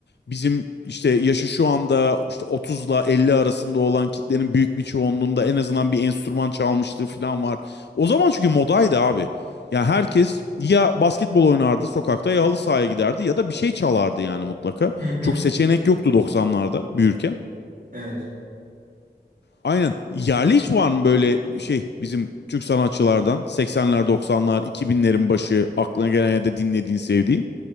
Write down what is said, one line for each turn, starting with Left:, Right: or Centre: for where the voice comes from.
Left: bizim işte yaşı şu anda işte 30'la 50 arasında olan kitlenin büyük bir çoğunluğunda en azından bir enstrüman çalmışlığı falan var. O zaman çünkü modaydı abi. Ya herkes ya basketbol oynardı sokakta ya halı sahaya giderdi ya da bir şey çalardı yani mutlaka.
Right: Hı hı,
Left: Çok seçenek yoktu 90'larda büyürken.
Right: evet.
Left: Aynen. Yerli hiç var mı böyle şey bizim Türk sanatçılardan 80'ler 90'lar 2000'lerin başı aklına gelen ya da dinlediğin sevdiğin?